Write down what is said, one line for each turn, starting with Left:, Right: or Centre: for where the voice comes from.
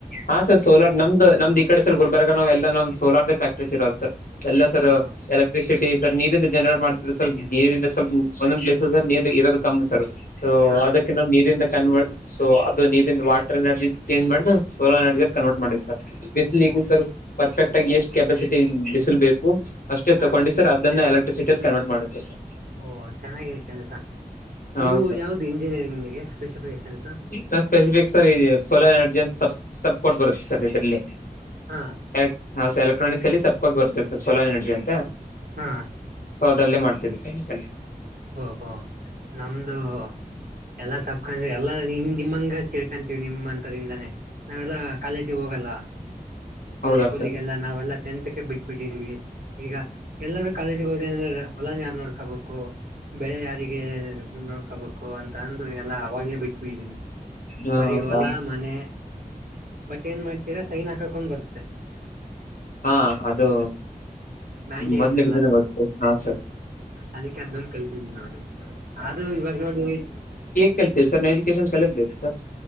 Left: ಹಾ ಸರ್ ಸೋಲಾರ್ ನಮ್ದ ನಮ್ದ ಈ ಕಡೆರ್ ಗುಲ್ಬರ್ಗ ನಾವ್ ಎಲ್ಲ ನಮ್ದ್ ಸೋಲಾರ್ದ ಫ್ಯಾಕ್ಟ್ರೀ ಸಿ ಇರೋದು ಸರ್. ಎಲ್ಲ ಸರ್
Right: ಓ ಹ
Left: ಎಲ್ ಎಟಿ ಸರ್ ನೀರಿಂದ ಜನರೇಟ್ ಮಾಡ್ತ ನೀರಿಂದ ಸ್ವಲ್ಪ ಒಂದೊಂದ ಪ್ಲೇಸ್ ನೀ ಇರೋದು ಕಮ್ಮ ಸರ್. ಸೊ
Right: ಹಾ
Left: ಅದಕ್ಕ ನಾವ ನೀರಿಂದ ಕನ್ವರ್ಟ್ ಸೊ ಅದು ನೀ ವಾಟರ್ ಎನರ್ಜಿ ಚೇಂಜ ಮಾಡ ಸೋಲರ್ ಎನರ್ಜಿ ಅ ಕನ್ವರ್ಟ್ ಮಾಡ್ ಸರ್ ಬಿಸ
Right: ಓ
Left: ಸರ್. ಪರ್ಫೆಕ್ಟ್ ಆಗಿ ಎಷ್ಟ ಕೆಪಾಸಿಟಿ ಬಿಸಿಲ್ಬೇಕು ಅಷ್ಟೇ
Right: ಹಾ
Left: ತಗೊಂಡಿ ಸರ್ ಅದನ್ನ ಎಲೆಕ್ ಟೇಲ್ ಕನ್ವರ್ಟ್ ಮಾಡುತ್ತೆ ಸರ್.
Right: ಓ ಚೆನ್ನಾಗಿ ಕೆಲ್ಸ
Left: ಹಾ
Right: ನೀವು
Left: ಸರ್
Right: ಯಾವ್ದ ಇಂಜಿನಿಯರಿಂಗ್ಗೆ ಸ್ಪೆಸಿಫಿಸೆಶನ್ಸ್.
Left: ನಾ ಸ್ಪೆಸಿಫಿಕ್ ಸರ್ ಈ ಸೋಲಾರ್ ಎನರ್ಜಿ ಅಂತ ಸ ಸಬ್ ಕೊಟ್ ಬರುತ್ತೆ ಸರ್ ಇದ್ರಲ್ಲಿ.
Right: ಹಾ
Left: ಎಲೆಕ್ ಹ ಸರ್ ಎಲೆಕ್ಟ್ರಿಕ್ ಅಲ್ಲಿ ಸಬ್ಕೋರ್ಸ್ ಬತ್ತೆ ಸರ್ ಸೋಲಾರ್ ಎನರ್ಜಿ ಅಂತ.
Right: ಹ್ಮಾ
Left: ಸೊ ಅದಲ್ಲೇ ಮಾಡ್ತಿದ ಸ ಕೆಲ್ಸ.
Right: ಓಹೋ ನಮ್ದು ಎಲ್ಲ ಸಪ್ಕ ಎಲ್ಲ ನಿ ನಿಮ್ಮಂಗ ತಿಳ್ಕೊಂತೀವಿ ನಿಮ್ಮ ಅಂತರರಿಂದಾನೇ ನಾವೆಲ್ಲ ಕಾಲೇಜಿಗ ಹೋಗಲ್ಲ.
Left: ಹೌದಾ
Right: ಇ ಸ್ಕೂಲಿಗ
Left: ಸರ್
Right: ಎಲ್ಲ ನಾವೆಲ್ಲ ಟೆಂತ್ಕ ಬಿಟ್ಟಬಿಟ್ಟಿದೀವಿ. ಈಗ ಎಲ್ಲಾರ ಕಾಲೇಜಿಗೆ ಹೋದ ಅಂದ್ರೆ ಹೊಲಾನ ಯಾರ ನೋಡ್ಕೋಬೇಕು. ಬೆಳೆ ಯಾರಿಗೆ ನೋಡ್ಕೋಬೇಕು ಅಂತ ಅಂದ ಎಲ್ಲ ಅವಾಗೆ ಬಿಟ್ಬಿಟ್ಟಿದೀನಿ.
Left: ಹ
Right: ಬರಿ
Left: ಹೌದಾ
Right: ಹೊಲಾ ಮನೆ ಬಟ್ ಏನ್ ಮಾಡ್ತೀರಾ ಸೈನ್ ಹಾಕಕೊಂದ ಬರುತ್ತೆ.
Left: ಹಾ ಅದು
Right: ಮ್ಯಾಂಡೇಟ್
Left: ಮೊದ್ಲ
Right: ಎಲ್ಲ
Left: ಬಿದ್ರೆ ಗೊತ್ತು ಹಾ ಸರ್.
Right: ಅದಕ್ಕೆ ಅಂದ ಕಲ್ಪಿದವಿ ನೋಡಿ ಆದ್ರ ಇವಾಗ ನೋಡಿ
Left: ಕೇತೀವಿ ಸರ್ ನ ಎಜುಕೇಶನ್ ಕಲಿತಿ ಸರ್.